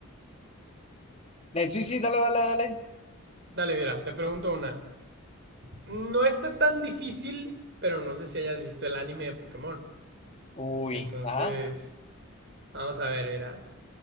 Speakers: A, on the left; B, on the right.
A: Eh, sí, sí, dale, dale, dale.
B: Dale, mira, te pregunto una. No está tan difícil, pero no sé si hayas visto el anime de Pokémon.
A: Uy,
B: Entonces,
A: ajá.
B: vamos a ver, mira.